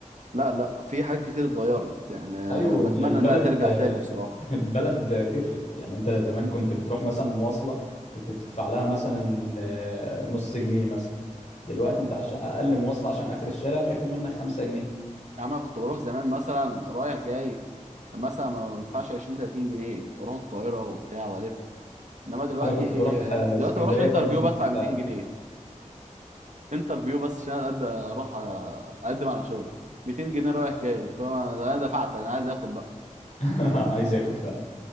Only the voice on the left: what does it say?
ايوه
البلد
<laughs>
البلد كترت يعني انت زمان كنت بتروح مثلا مواصلة كنت بتدفع لها مثلا آه، نص جنيه مثلا دلوقتي انت عشان اقل مواصلة عشان اخر الشارع بياخد منك خمسة جنيه
انا كنت بروح <laughs> آه،
اسكندرية
برضه بنفس
السعر
<laughs>
انا عايز اخد فعلا